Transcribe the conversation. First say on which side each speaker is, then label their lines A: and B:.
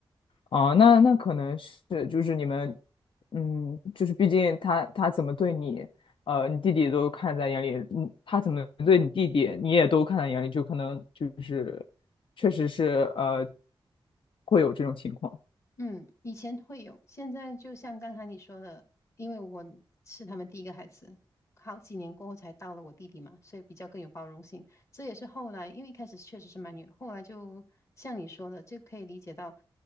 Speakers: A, on the left; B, on the left.
A: 哦，那那可能是就是你们，嗯，就是毕竟他他怎么对你，呃，你弟弟都看在眼里，嗯，他怎么对你弟弟，你也都看在眼里，就可能就是确实是呃，会有这种情况
B: 嗯，以前会有，现在就像刚才你说的，因为我是他们第一个孩子，好几年过后才到了我弟弟嘛，所以比较更有包容性。这也是后来，因为一开始确实是蛮远，后来就像你说的，就可以理解到